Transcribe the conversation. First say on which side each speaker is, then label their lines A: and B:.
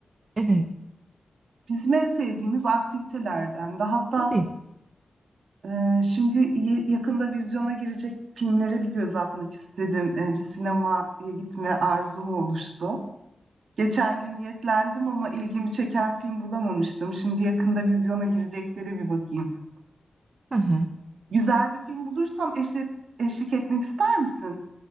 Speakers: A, on the right; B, on the right.
A: Evet,
B: Bizim en sevdiğimiz aktivitelerden de hatta
A: tabii.
B: Ee, şimdi ye- yakında vizyona girecek filmlere bir göz atmak istedim. Ee, bir sinemaya gitme arzum oluştu. Geçen gün niyetlendim ama ilgimi çeken film bulamamıştım. Şimdi yakında vizyona girecekleri bir bakayım diyorum.
A: Aha.
B: Güzel bir film bulursam eşlik, eşlik etmek ister misin?